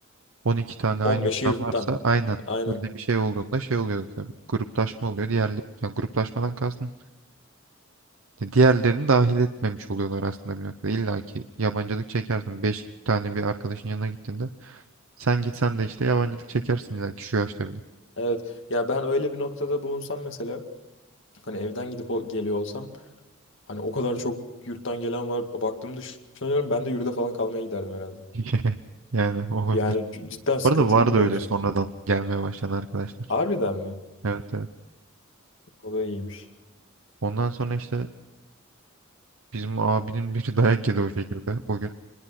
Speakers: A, on the right; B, on the left.
A: 12 tane
B: 15'i
A: aynı yurttan
B: yurttan.
A: varsa aynen
B: Aynen.
A: öyle bir şey olduğunda şey oluyor tabii. Gruplaşma oluyor. Diğer ya gruplaşmadan kastım Ya Diğerlerini dahil etmemiş oluyorlar aslında bir noktada. İlla ki yabancılık çekersin. Beş tane bir arkadaşın yanına gittiğinde sen gitsen de işte yabancılık çekersin illa ki şu yaşta bile.
B: Evet. Ya ben öyle bir noktada bulunsam mesela hani evden gidip o- geliyor olsam Hani o kadar çok yurttan gelen var. Baktığımda düşünüyorum ben de yurda falan kalmaya giderdim herhalde.
A: <laughs> Yani olabilir.
B: Yani c- cidden sıkıntılı
A: Bu arada vardı
B: bir mevzu.
A: öyle Evet. sonradan gelmeye başlayan arkadaşlar.
B: Harbiden mi?
A: Evet evet.
B: O da iyiymiş.
A: Ondan sonra işte bizim abinin biri <laughs> dayak yedi o şekilde. O gün